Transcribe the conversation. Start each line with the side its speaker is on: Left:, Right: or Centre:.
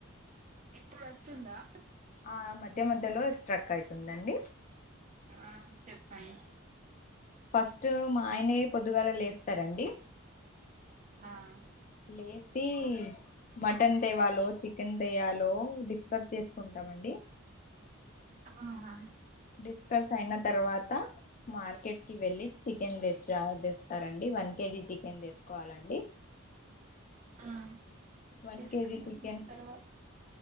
Right: ఇప్పుడు వస్తుందా.
Left: ఆహ్ మధ్య మధ్యలో స్ట్రక్ అయితుందండి
Right: ఆహ్ చెప్పండి.
Left: ఫస్ట్ మా ఆయనే పొద్దుగాల లేస్తారండి.
Right: ఆహ్.
Left: లేేసి మటన్ తేవాలో చికెన్ తేయలో. డిస్కర్స్ చేసుకుంటామండి.
Right: ఆహ్.
Left: డిస్కర్స్ అయిన తర్వాత. మార్కెట్ కి వెళ్ళి చికెన్ తెచ్ తెస్తారండి వన్ కేజీ చికెన్ తీసుకోవాలండి.
Right: ఆహ్
Left: వన్
Right: తీసుకున్న
Left: కేజీ చికెన్
Right: తరువాత.